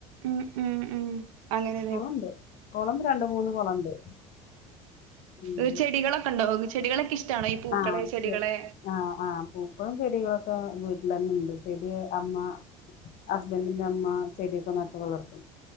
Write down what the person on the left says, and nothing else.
കുളണ്ട് കുളം രണ്ട് മൂന്ന് കുളണ്ട് ഉം
ആഹ്
ശരി ആഹ് ആഹ് പൂക്കളും ചെടികളൊക്കെ വീട്ടിൽ തന്നെഇണ്ട് ചെടി അമ്മ ഹസ്ബൻഡിന്റെ അമ്മ ചെടിയൊക്കെനട്ട് വളർത്തുംഉം